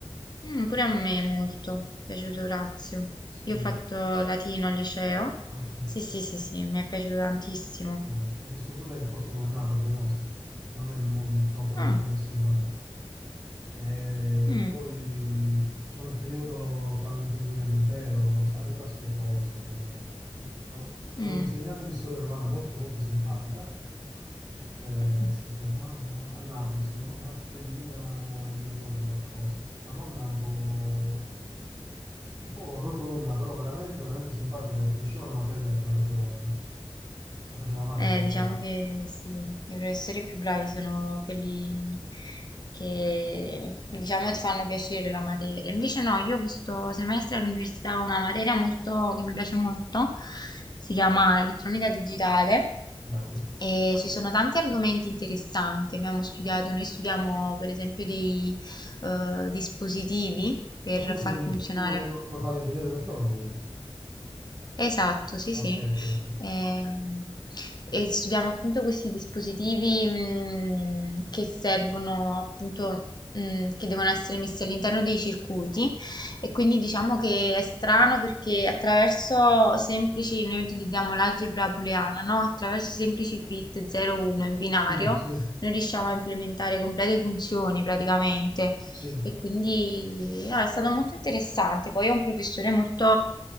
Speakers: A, on the left; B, on the right.
A: Mm, pure a me molto è piaciuto Orazio.
B: Sì.
A: Io ho fatto latino al liceo.
B: Ah, ok.
A: Sì, sì, sì, sì, mi è piaciuto tantissimo.
B: Eh, ho visto pure il posto dove è nato, a Venosa, che non è mo- proprio
A: Ah,
B: lontanissimo da me. E
A: mm,
B: poi, diciamo, il periodo fra la Repubblica e l'Impero, sai, le classiche cose. C'ho c'ho
A: mm.
B: un insegnante di storia romana molto, molto simpatica. Eh,
A: mm.
B: si chiamava, a Napoli si chiamava Alfredina, mi ricordo qualcosa. Una donna un po' un po' rotonda, però veramente, veramente simpatica. Conosceva la materia e te la faceva, la faceva male
A: Eh,
B: la materia.
A: diciamo che sì, i professori più bravi sono quelli che, diciamo, ti fanno piacere la materia. Invece no, io questo semestre all'università ho una materia molto, che mi piace molto, si chiama elettronica digitale
B: Bello.
A: e ci sono tanti argomenti interessanti. Abbiamo studiato, noi studiamo per esempio dei eh, dispositivi per
B: Ma quindi
A: far
B: sei un ingeg-
A: funzionare
B: tu vorrei- vuoi fare ingegnere elettronico, quindi?
A: Esatto, sì,
B: Ok,
A: sì.
B: ok, ok.
A: Ehm, E, studiamo appunto questi dispositivi mh, che servono appunto, mh, che devono essere messi all'interno dei circuiti e quindi diciamo che è strano perché attraverso semplici, noi utilizziamo l'algebra booleana, no? Attraverso semplici bit 0-1 in binario
B: Sì, sì,
A: noi riusciamo a implementare complete funzioni praticamente.
B: sì,
A: E quindi no, è stato molto interessante. Poi è un professore molto,